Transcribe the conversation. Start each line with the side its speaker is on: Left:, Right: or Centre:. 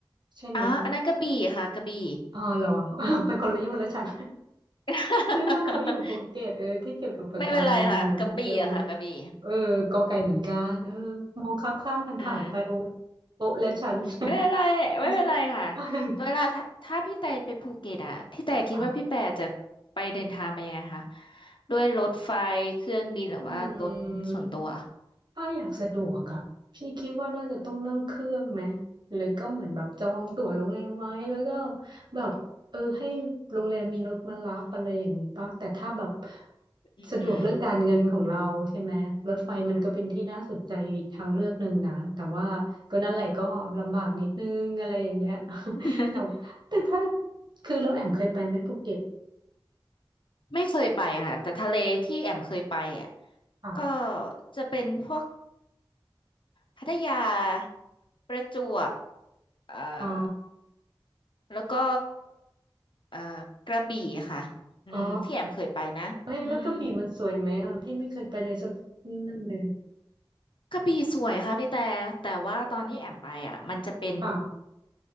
Right: ใช่ไหม
Left: อ๋ออันนั้นกระบี่ค่ะกระบี่
Right: อ๋อเหรออ้าวไปคนละโยชน์แล้วฉัน
Left: <laughs>
Right: นึกว่าเขาอยู่ภูเก็ตเออที่เกี่ยวกับปะการังคนนั้นนะเออ
Left: ไม่เป็นไรค่ะกระบี่อะค่ะกระบี่
Right: เออกอไก่เหมือนกันเออมองข้ามข้ามผ่านผ่านไปโอ้
Left: อืม
Right: โป๊ะและฉัน <laughs>
Left: ไม่เป็นไรไม่เป็นไรค่ะ
Right: มาสู้มาก
Left: เวลาถ้าถ้าพี่แต่ไปภูเก็ตอะพี่แต่คิดว่าพี่แต่จะ
Right: ค่ะ
Left: ไปเดินทางไปยังไงคะด้วยรถไฟเครื่องบินหรือว่ารถส่วนตัว
Right: อืม ถ้าอยากสะดวกอะพี่คิดว่าน่าจะต้องนั่งเครื่องไหมหรือก็เหมือนแบบจองตั๋วโรงแรมไว้แล้วก็
Left: อืม
Right: แบบเออให้โรงแรมมีรถมารับอะไรอย่างนี้ป่ะแต่ถ้าแบบ
Left: อืมอืม
Right: สะดวกเรื่องการเงินของเราใช่ไหมรถไฟมันก็เป็นที่น่าสนใจอีกทางเลือกหนึ่งนะแต่ว่าก็นั่นแหละก็ลำบากนิดนึงอะไรอย่างเงี้ย <laughs>
Left: <laughs>
Right: แต่แต่ถ้าคือเราแอมเคยไปไหมภูเก็ต
Left: ไม่เคยไปค่ะแต่ทะเลที่แอมเคยไปอะ
Right: ค่ะ
Left: ก็จะเป็นพวก พัทยาประจวบเอ่อ
Right: อ๋อ
Left: แล้วก็เอ่อกระบี่ค่ะอืมที่แอมเคยไปนะอืม
Right: อ๋อเอ้ยแล้วกระบี่มันสวยไหมอ่ะพี่ไม่เคยไปเลยสักนั่นเลย
Left: กระบี่สวยค่ะพี่แต่แต่ว่าตอนที่แอมไปอ่ะมันจะเป็น
Right: ค่ะ